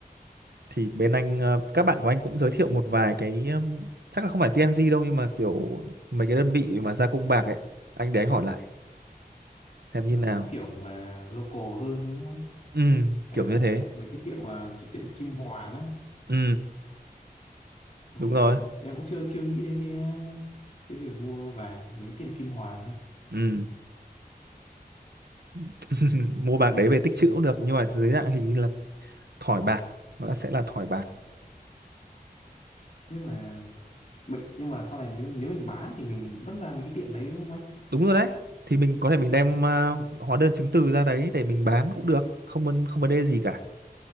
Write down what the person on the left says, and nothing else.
nó
giống kiểu là local hơn đúng không ấy?
Hay
là
kiểu mấy cái tiệm à, cái tiệm Kim Hoàn á.
Ờ,
em cũng chưa chưa nghĩ đến cái à, cái việc mua vàng mấy tiệm Kim Hoàn đâu.
Nhưng mà mình nhưng mà sau này nếu nếu mình bán thì mình vẫn ra mấy cái tiệm đấy đúng không anh?